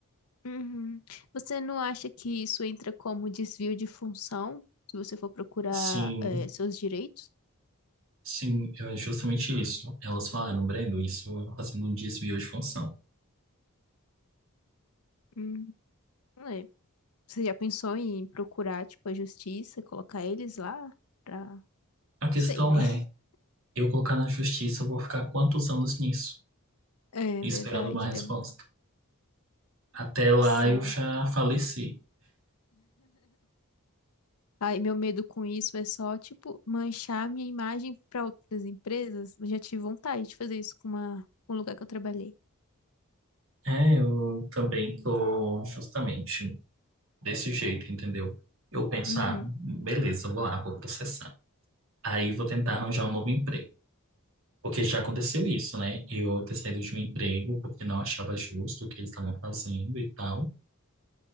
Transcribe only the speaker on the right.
Sim,
sim, é justamente isso. Elas falaram, Brendo, isso está sendo um desvio de função.
A questão
é, eu colocar na justiça, eu vou ficar quantos anos nisso,
esperando
uma resposta?
Até lá
eu já faleci.
É, eu também tô justamente desse jeito, entendeu? Eu penso,
ah, beleza, vou lá, vou processar. Aí vou tentar arranjar um novo emprego. Porque já aconteceu isso, né? Eu ter saído de um emprego porque não achava justo o que eles estavam fazendo e tal.